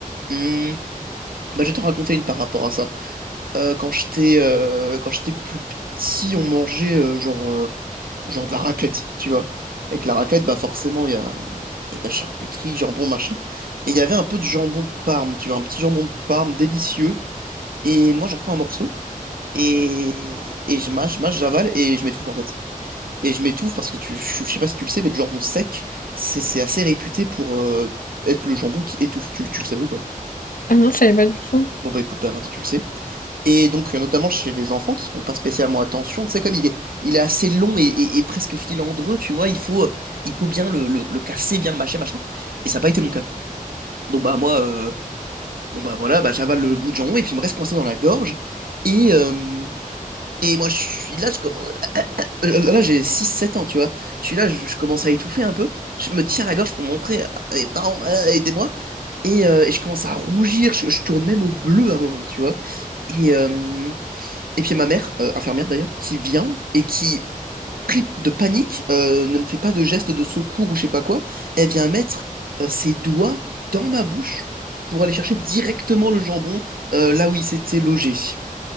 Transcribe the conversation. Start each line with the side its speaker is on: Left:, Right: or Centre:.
Right: Hmm, bah, je vais t'en raconter une par rapport à ça. Euh, quand j'étais euh, quand j'étais plus petit, on mangeait euh, genre euh, genre de la raclette, tu vois. Avec la raclette, bah forcément, il y a, il y a de la charcuterie, jambon, machin. Et il y avait un peu de jambon de Parme, tu vois, un petit jambon de Parme délicieux. Et moi, j'en prends un morceau. Et, et je mâche, je mâche, j'avale et je m'étouffe en fait. Et je m'étouffe parce que tu, je je sais pas si tu le sais, mais le jambon sec, c'est c'est assez réputé pour euh, être le jambon qui étouffe. Tu, le- tu le savais ou pas?
Left: Ah non, je savais pas du tout.
Right: Bon bah écoute, Alain, tu le sais. Et donc, euh, notamment chez les enfants qui font pas spécialement attention, tu sais, comme il est, il est assez long et, et- et presque filandreux, tu vois, il faut, euh, il faut bien le, le- le casser, bien le mâcher, machin. Et ça n'a pas été mon cas. Donc, bah, moi, euh, bon, bah, voilà, bah, j'avale le bout de jambon et puis il me reste coincé dans la gorge. Et, euh, et moi, je suis là, je commence, euh, euh, là, j'ai six sept ans, tu vois. Je suis là, je, je commence à étouffer un peu. Je me tiens la gorge pour montrer à mes parents, euh, aidez-moi. Et, euh, et je commence à rougir, je, je tourne même au bleu à un moment, tu vois. Et, euh, et puis il y a ma mère, euh, infirmière d'ailleurs, qui vient et qui, pris de panique, euh, ne me fait pas de geste de secours ou je sais pas quoi. Elle vient mettre euh, ses doigts dans ma bouche pour aller chercher directement le jambon euh, là où il s'était logé.